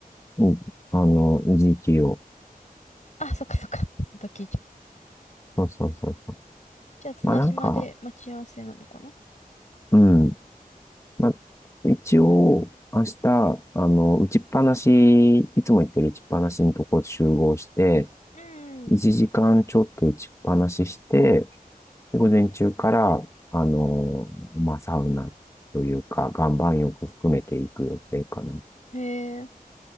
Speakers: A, on the left; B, on the left.
A: に、あの、GTO。
B: あ、そっかそっか。また聞いちゃった。
A: そうそうそうそう。
B: じゃあ、綱島で待ち合わせなのかな
A: まあなんか、うん。まあ、一応、明日、あの、打ちっぱなし、いつも行ってる打ちっぱなしのとこ集合して、
B: うん。
A: 1時間ちょっと打ちっぱなしして、で午前中から、あのマまあ、サウナというか、岩盤浴含めていく予定かな。
B: へえ、